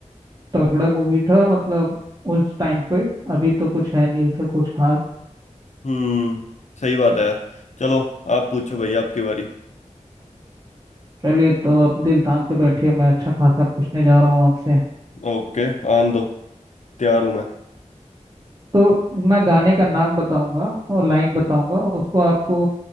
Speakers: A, on the right; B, on the left.
A: तगड़ा मूवी था मतलब उस टाइम पे अभी तो कुछ है नहीं उसका कुछ खास
B: हम्म सही बात है यार चलो आप पूछो भाई आपकी बारी
A: चलिए तो अब दिल थाम के बैठिए मैं अच्छा खासा पूछने जा रहा हूँ आपसे
B: ओके आन दो तैयार हूं मैं
A: तो मैं गाने का नाम बताऊंगा और लाइन बताऊंगा उसको आपको